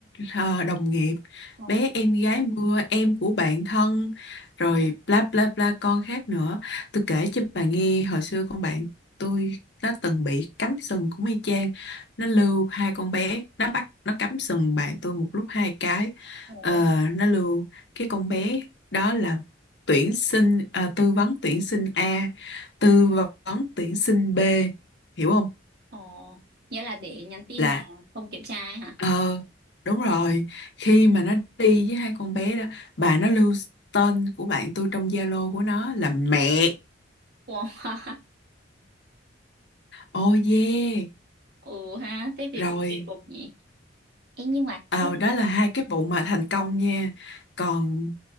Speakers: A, on the left; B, on the right.
A: ờ, đồng nghiệp
B: Ờ.
A: bé em gái mưa em của bạn thân rồi bla bla bla con khác nữa tôi kể cho bà nghe hồi xưa con bạn tôi nó từng bị cắm sừng cũng y chang nó lưu hai con bé nó bắt nó cắm sừng bạn tôi một lúc hai cái
B: ừ.
A: Ờ, nó lưu cái con bé đó là tuyển sinh ờ, tư vấn tuyển sinh A tư vấn tuyển sinh B hiểu không
B: Ồ, nghĩa là để nhắn tin
A: là
B: mà không kiểm tra ấy hả?
A: ờ đúng rồi khi mà nó đi với hai con bé đó bà nó lưu tên của bạn tôi trong Zalo của nó là mẹ
B: Wow. <laughs>
A: oh yeah
B: Ồ ha, thế thì
A: rồi
B: cũng kỳ cục nhỉ. Ê, nhưng mà
A: Ờ,
B: nhưng
A: đó là
B: mà
A: hai cái vụ mà thành công nha. Còn